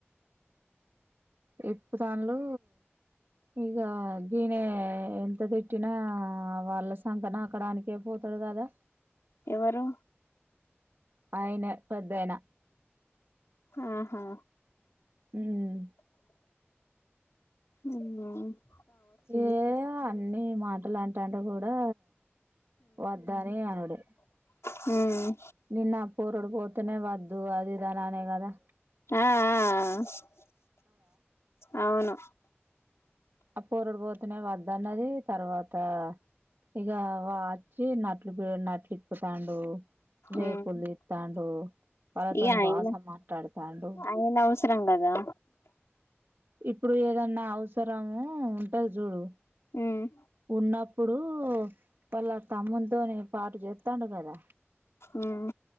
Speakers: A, on the right (about 60°); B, on the left (about 85°).
A: ఇప్పు తనులు ఇక గీనే ఎంత తిట్టినా వాళ్ళ సంకన నాకాడానికే పోతాడు కదా
B: ఎవరు
A: ఆయన పెద్దాయన
B: ఆహా
A: ఉమ్
B: ఉ ఉ
A: ఏ అన్నీ మాటలు అంట అంటే కూడా వద్దనే అనడు
B: హుమ్
A: నిన్న పొరడు పోతేనే వద్దు అది ఇది అనలే కదా
B: ఆ ఆ ఆ అవును
A: అ పోరడు బోతునే వాద్ దాన్నది తర్వాత ఆ ఇక వచ్చి నట్లు బ నట్లు ఇప్పుతాడు రేపులు
B: ఉమ్
A: దిస్తాడు వాళ్ళతోన
B: ఇగ ఆయన
A: బాష మాట్లాడుతాడు
B: ఆయన అవసరం కదా
A: ఇప్పుడు ఏదన్నా అవసరము ఉంటది చూడు
B: ఉమ్
A: ఉన్నప్పుడు వాళ్ళ తమ్ముతోనే పాటు చేస్తాడు కదా
B: ఉమ్